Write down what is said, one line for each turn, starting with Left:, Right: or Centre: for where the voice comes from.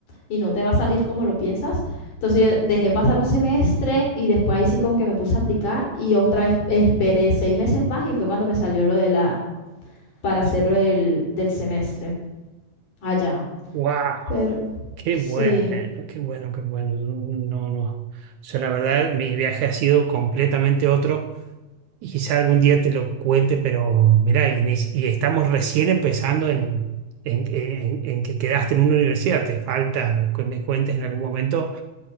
Left: y no te va a salir como lo piensas. Entonces yo dejé pasar un semestre y después ahí sí como que me puse a aplicar y otra vez esperé seis meses más y fue cuando me salió lo de la, para hacerlo del, del semestre allá.
Right: Wow,
Left: Pero
Right: qué
Left: sí,
Right: bueno, qué bueno, qué bueno. No, no. O sea, la verdad, mi viaje ha sido completamente otro y quizá algún día te lo cuente, pero mirá, y, ni- y estamos recién empezando en, en, en- en que quedaste en una universidad. Te falta que me cuentes en algún momento